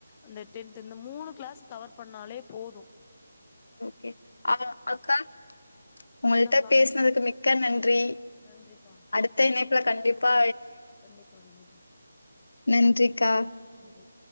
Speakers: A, on the left (about 20°); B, on the left (about 75°).
A: அந்த டென்த் இந்த மூணு கிளாஸ் கவர் பண்ணாலே போது
B: ஓகே அக்கா உங்கள்ட்ட
A: என்னப்பா
B: பேசனதுக்கு மிக்க நன்றி ன்றி
A: நன்றிப்பா
B: அடுத்த இணைப்புல கண்டிப்பா
A: கண்டிப்பா கண்டிப்பா
B: நன்றிக்கா
A: நன்றி